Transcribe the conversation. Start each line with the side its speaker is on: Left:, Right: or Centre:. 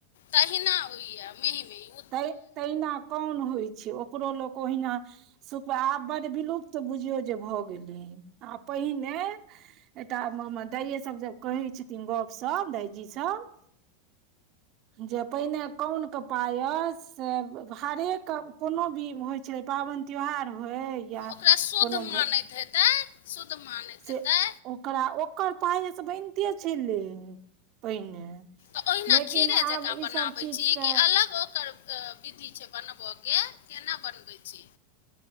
Left: तहिना होइयै, मीही-मीही।
Right: ते तहिना कौन होइ छै, ओकरो लोक ओहिना शुक्र आब बड्ड विलुप्त बुझियौ जे भऽ गेलै, आ पहिने एकटा मे हमर दाइे सब जे कहै छथिन गप- सप, दाइजी सब! जे पहिने कौन के पात से हरेक कोनो भी होइ छले, पाबनि त्योहार होय। या
Left: ओकरा शुद्ध
Right: कोनो
Left: मानैत हेतै शुद्ध मानैत
Right: से
Left: हेतै
Right: ओकरा ओकर पायस बनिते छै ले पहिने
Left: त ओहिना
Right: लेकिन
Left: खीरे
Right: आब
Left: जकाँ
Right: ई
Left: बनाबै
Right: सब चीज
Left: छी
Right: तऽ
Left: कि अलग ओकर विधि छै बनब के केना बनबै छी